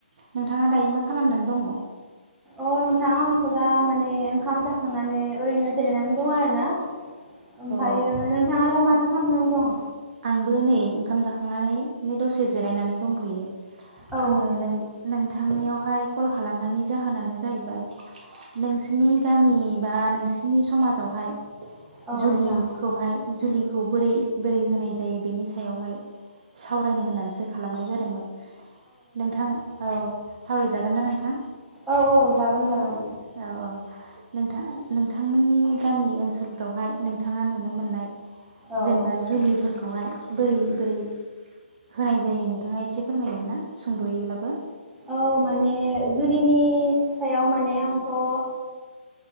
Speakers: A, on the right; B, in the centre.
A: नोंथाङा दायो मा खालामनानै दङ।
B: अ नोंथां आंथ' दा माने ओंखाम जाखांनानै ओरैनो जिरायनानै दं आरो ना। ओमफ्रायो
A: औ
B: नोंथाङालाय माथो खालामनानै दं?
A: आंबो नै ओंखाम जाखांनानै दसे जिरायनानै दंथ'यो।
B: औ
A: आङो नों नोंथांनियावहाय कल खालामनायनि जाहोनानो जाहैबाय नोंसिनि गामि बा नोंसिनि समाजावहाय।
B: औ
A: जुलिखौहाय
B: नोंथां
A: जुलिखौ बोरै बोरै होनाय जायो बेनि सायावहाय सावरायनो होननानैसो खालामनाय जादोंमोन। नोंथां औ। सावरायजागोन ना नोंथां?
B: औ औ जागोन जागोन
A: औ औ। नोंथां नोंथांमोननि गामि ओनसोलफ्रावहाय नोंथाङा नुनो मोननाय
B: औ।
A: जेनेबा जुलि खौहाय बोरै बोरै होनाय जायो नोंथाङा एसे फोरमायगोन ना सुंद'योब्लाबो?
B: औ माने जुलिनि सायाव माने आंथ' ओ